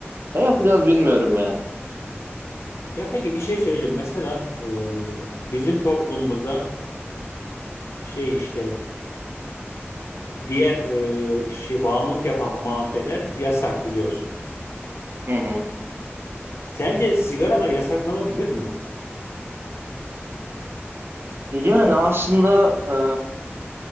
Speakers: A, on the right; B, on the left.
A: Ne yapacağız bilmiyorum ya.
B: Ya peki bir şey söyleyeceğim. Mesela e, bizim toplumumuzda şey işte diğer e, şey bağımlılık yapan maddeler yasak biliyorsun.
A: Hı hı.
B: Sence sigara da yasaklanabilir mi?
A: Yani aslında e,